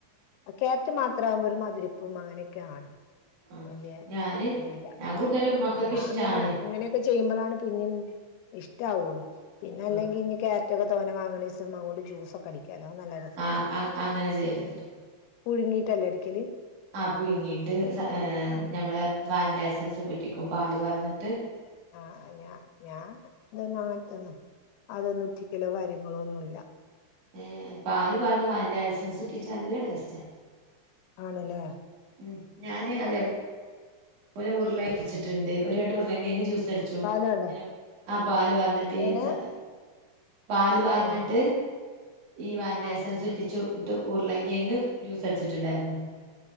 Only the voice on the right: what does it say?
ആഹ്
ഞാന്
ഞാൻ കൂടുതലും മക്കക്ക്
ഇഷ്ടാണ്
ആഹ്
ആഹ് ആഹ് അങ്ങനെ ചെയ്യലുണ്ട്
ആ പുഴിങ്ങിട്ട് ഏ
ഞമ്മളെ വാനിലാസൻസൊക്കെ ഉറ്റിക്കും പാല് വാർന്നിട്ട്
ഏ പാല് പാർന്ന് വാനിലാഎസൻസിറ്റിച്ച നല്ല ടേസ്റ്റാ
ഉം ഞാന് അതെ പോലെ ഉരുളാച്ചിട്ടുണ്ട് ഒരുവട്ടം ഉരുളകെയങ് ജ്യൂസടിച്ചു
ഇങ്ങനെ ആ പല് വാർന്നിട്ട്
ഈസാ പാല് വാർന്നിട്ട്
ഈ വാനിലാസെൻസ്
ഉറ്റിച്ചു ഉരുളങ്കിയങ്ങ് ജ്യൂസടിച്ചിട്ടിണ്ടായിരുന്നു